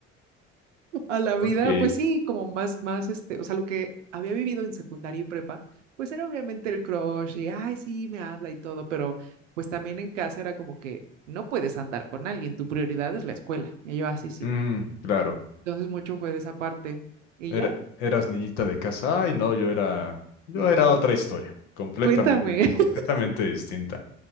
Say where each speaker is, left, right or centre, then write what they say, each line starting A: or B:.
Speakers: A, on the right (about 85°); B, on the left (about 70°).
A: a la vida,
B: ok.
A: pues sí, como más, más, este, o sea, lo que había vivido en secundaria y prepa, pues era obviamente el crush y, ay, sí, me habla y todo, pero pues también en casa era como que no puedes andar con alguien, tu prioridad es la escuela. Y yo, así, sí.
B: Mm,
A: sí".
B: claro.
A: Entonces mucho fue de esa parte. Y
B: Era-
A: ya,
B: eras niñita de casa. Ay, no, yo era, yo
A: sí.
B: era otra historia, completamente,
A: Cuéntame.
B: completamente
A: <laughs>
B: distinta.